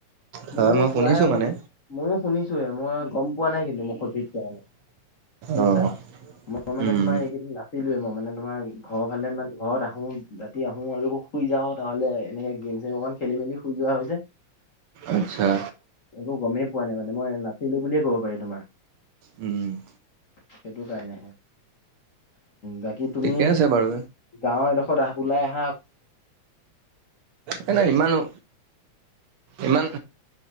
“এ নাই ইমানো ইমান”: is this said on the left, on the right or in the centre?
Right